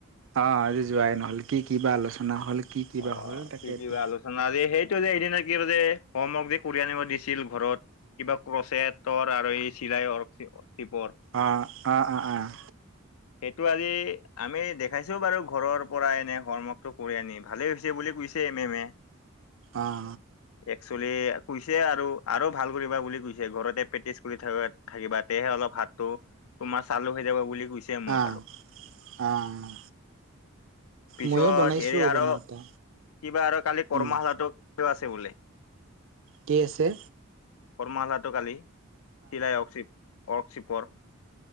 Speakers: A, on the right; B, on the left.
A: অ' আজি যোৱাই নহল কি কি বা আলোচনা হ'ল? কি কিবা
B: অ'
A: হ'ল তাকেইতো
B: কি কি বা আলোচনা আই আজি সেইটো যে এইদিনা দিছিল যে হোমৱৰ্ক যে কৰি আনিব দিছিল ঘৰত কিবা ক্ৰচেটৰ আৰু এই চিলাইঅৰ সেইবোৰ।
A: অ' অ' অ' অ'
B: সেইটো আজি আমি দেখাইছো বাৰু ঘৰৰ পৰা এনে হৰ্মৱৰ্ক টো কৰি আনি। ভালেই হৈছে বুলি কৈছে এম এম এ
A: অ'
B: একচেলি কৈছে আৰু আৰু ভাল কৰিবা বুলি কৈছে ঘৰতে প্ৰেক্টিচ কৰি থ থাকিবা তেয়হে অলপ হাতটো তোমাৰ চালু হৈ যাব বুলি গুইছে মোক
A: অ'
B: আৰু
A: অ'
B: পিছত
A: ময়ো বনাইছোঁ
B: হৰি আৰু
A: বনাওঁতে
B: কিবা আৰু কালি কৰ্মশালাো
A: উম,
B: আছে বোলে
A: কে আছ এ
B: কৰ্মশালাটো কালি শিলাই ৱৰ্কশিপৰ